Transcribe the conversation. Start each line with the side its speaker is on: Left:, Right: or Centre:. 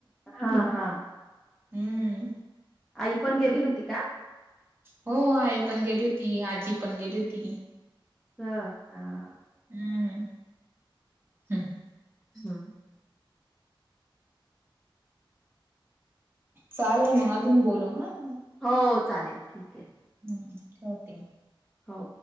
Centre: हां हां.
Right: हम्म
Centre: आई पण गेली होती का?
Right: हो आहे पण गेली हो ती आजी पण गेली हुती.
Centre: हं हां.
Right: हम्म हं.
Centre: हम्म्.
Right: चालेल मंग अजून बोलू हांना.
Centre: हो चालेल ठीके.
Right: हं ठेवते.
Centre: हो.